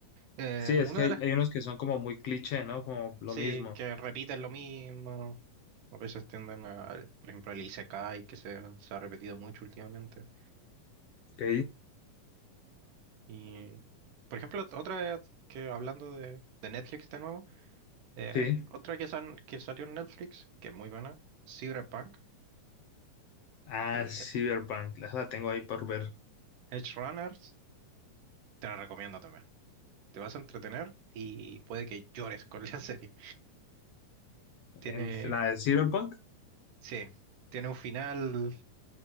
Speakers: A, on the right; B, on the left.
A: Eh,
B: Sí, es
A: una
B: que hay,
A: de las
B: hay unos que son como muy cliché, ¿no? Como lo
A: sí,
B: mismo.
A: que repiten lo mismo, a veces tienden a, por ejemplo, el Isekai que se, se ha repetido mucho últimamente.
B: Ok.
A: Y, por ejemplo, otra que hablando de, de Netflix de nuevo, eh,
B: Sí.
A: otra que, san- que salió en Netflix, que es muy buena, Cyberpunk,
B: Ah, Cyberpunk.
A: eh,
B: Esa la tengo ahí por ver.
A: Edge Runners. Te la recomiendo también. Te vas a entretener y puede que llores con la <laughs> serie. Tiene,
B: En- La de Cyberpunk.
A: sí, tiene un final